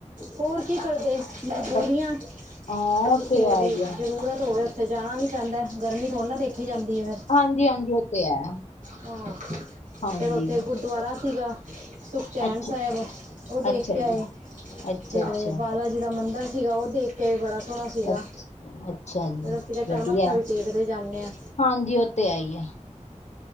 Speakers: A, on the right; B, on the left.
A: ਹੋਰ ਕੀ ਕਰਦੇ? ਮਜਬੂਰੀਆਂ
B: ਬ ਹਾਂ ਉਹ
A: ਜਿੱਥੇ
B: ਤੇ ਹੈ
A: ਵੀ
B: ਹੀ ਹੈ
A: ਜ਼ਰੂਰਤ ਹੋਵੇ, ਉੱਥੇ ਜਾਣਾ ਵੀ ਪੈਂਦਾ। ਗਰਮੀ ਥੋੜੀ ਨਾ ਦੇਖੀ ਜਾਂਦੀ ਐ, ਫਿਰ
B: ਹਾਂਜੀ-ਹਾਂਜੀ, ਉਹ ਤੇ ਹੈ।
A: ਹਾਂ,
B: ਹਾਂਜੀ
A: ਫਿਰ ਉੱਥੇ ਗੁਰਦੁਆਰਾ ਸੀਗਾ। ਸੁਖਚੈਨ
B: ਅੱਛਾ
A: ਸਾਹਿਬ ਓ ਦੇਖ
B: ਅੱਛਾ
A: ਕੇ ਆਏ।
B: ਜੀ ਅੱਛਾ
A: ਤੇ
B: ਅੱਛਾ
A: ਬਾਲਾ ਜੀ ਦਾ ਮੰਦਿਰ ਸੀਗਾ। ਓਦੇਖ ਕੇ ਬੜਾ ਸੋਹਣਾ ਸੀਗਾ।
B: ਅੱ ਅੱਛਾ ਜੀ
A: ਫਿਰ ਅਸੀਂ ਕਿਆ ਚੱਲ
B: ਵਧੀਆ
A: ਮੱਥਾ ਵੀ ਟੇਕਦੇ ਜਾਂਣੇ ਆ।
B: ਹਾਂਜੀ, ਓ ਤੇ ਹੈਈ ਆ।